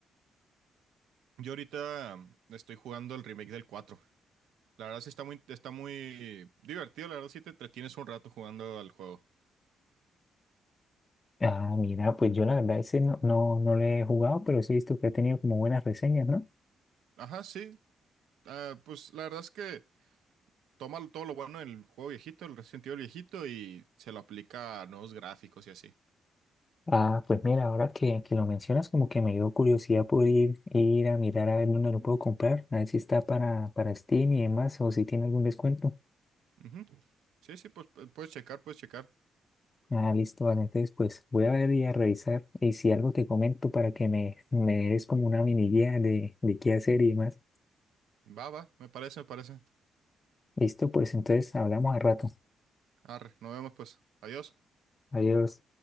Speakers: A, on the right; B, on the left.
A: Yo ahorita mm, estoy jugando el remake del 4. La verdad sí está muy, está muy divertido, la verdad sí te entretienes un rato jugando al juego.
B: Ah, mira, pues yo la verdad ese no, no, no le he jugado, pero sí he visto que ha tenido como buenas reseñas, ¿no?
A: Ajá, sí. Ah, pues la verdad es que toma todo lo bueno del juego viejito, el Resident Evil viejito, y se lo aplica a nuevos gráficos y así.
B: Ah, pues mira, ahora que, que lo mencionas como que me dio curiosidad por ir, ir a mirar a ver dónde lo puedo comprar, a ver si está para, para Steam y demás o si tiene algún descuento.
A: Ujú. Sí, sí, pues pu- puedes checar, puedes checar.
B: Ah, listo, vale. Entonces, pues voy a ver y a revisar. Y si algo te comento para que me, me des como una mini guía de, de qué hacer y demás.
A: Va, va, me parece, me parece.
B: Listo, pues entonces hablamos al rato.
A: Arre, nos vemos pues. Adiós.
B: Adiós.